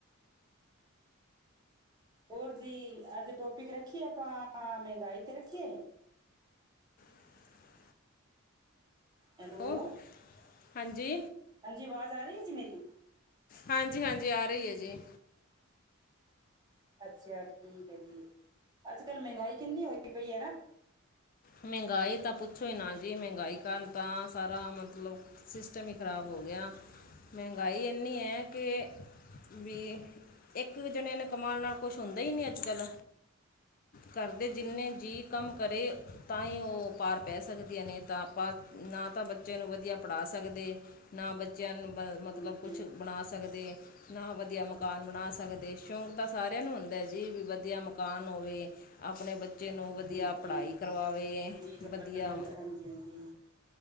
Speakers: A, on the right; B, on the left.
A: ਹੋਰ ਜੀ ਅੱਜ ਟੋਪਿਕ ਰੱਖੀ ਐ, ਆਪਾ ਮਹਿੰਗਾਈ ਤੇ ਰੱਖੀ
B: <unintelligible>
A: ਹੈਲੋ,
B: ਉਹ ਹਾਂਜੀ,
A: ਹਾਂਜੀ, ਆਵਾਜ਼ ਆ ਰਹੀ ਹੈ ਜੀ ਮੇਰੀ,
B: ਹਾਂਜੀ, ਹਾਂਜੀ ਆ ਰਹੀ ਹੈ ਜੀ।
A: ਅੱਛਾ ਠੀਕ ਹੈ ਜੀ, ਅੱਜ-ਕੱਲ ਮਹਿੰਗਾਈ ਕਿੰਨੀ ਹੋਈ ਪਈ ਹੈ ਨਾ
B: ਮਹਿੰਗਾਈ ਤਾਂ ਪੁੱਛੋ ਹੀ ਨਾ ਜੀ ਮਹਿੰਗਾਈ ਕਾਰਨ ਤਾਂ ਸਾਰਾ ਮਤਲਬ ਸਿਸਟਮ ਹੀ ਖ਼ਰਾਬ ਹੋ ਗਿਆ, ਮਹਿੰਗਾਈ ਇੰਨੀ ਹੈ ਕਿ ਵੀ ਇੱਕ ਜਣੇ ਨੇ ਕਮਉਣ ਨਾਲ ਕੁਛ ਹੁੰਦਾ ਹੀ, ਨਹੀਂ ਅੱਜ ਕੱਲ ਕਰਦੇ ਜਿੰਨੇ ਜੀ ਕੰਮ ਕਰੇ। ਤਾਂ ਹੀ ਉਹ ਪਾਰ ਪੈ ਸਕਦੀਆਂ ਨੇ, ਤਾਂ ਆਪਾਂ ਨਾ ਤਾਂ ਬੱਚੇ ਨੂੰ ਵਧੀਆ ਪੜ੍ਹਾ ਸਕਦੇ। ਨਾ ਬੱਚਿਆਂ ਨੂੰ ਬ
A: ਹਾਂਜੀ
B: ਮਤਲਬ ਕੁਛ ਬਣਾ ਸਕਦੇ। ਨਾ ਵਧੀਆ ਮਕਾਨ ਬਣਾ ਸਕਦੇ, ਸ਼ੌਂਕ ਤਾਂ ਸਾਰਿਆਂ ਨੂੰ ਹੁੰਦਾ ਜੀ, ਵੀ ਵਧੀਆ ਮਕਾਨ ਹੋਵੇ। ਆਪਣੇ ਬੱਚੇ ਨੂੰ ਵਧੀਆ
A: ਹਾਂਜੀ
B: ਪੜ੍ਹਾਈ ਕਰਵਾਵੇ
A: ਹਾਂਜੀ ਤੁਹਾਡੀ
B: ਵਧੀਆ,
A: <unintelligible>